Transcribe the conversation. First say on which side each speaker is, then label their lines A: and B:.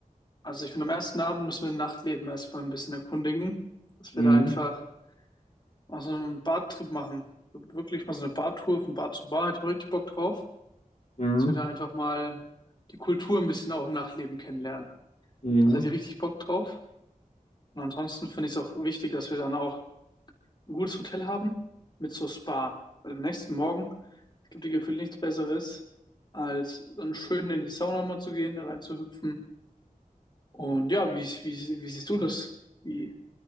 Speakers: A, on the left; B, on the left.
A: Also ich finde, am ersten Abend müssen wir Nachtleben erstmal ein bisschen erkundigen, dass
B: Mhm.
A: wir da einfach mal so einen Bartrip machen. Wirklich mal so eine Bartour von Bar zu Bar, hätte ich mal richtig Bock drauf.
B: Mhm.
A: Dass wir da einfach mal die Kultur ein bisschen auch im Nachtleben kennenlernen.
B: Mhm.
A: Das hätte ich richtig Bock drauf. Und ansonsten finde ich es auch wichtig, dass wir dann auch ein gutes Hotel haben mit so Spa. Weil am nächsten Morgen, es gibt dir gefühlt nichts Besseres, als dann schön in die Sauna mal zu gehen, da reinzuhüpfen. Und ja, wie, wie, wie siehst du das? Wie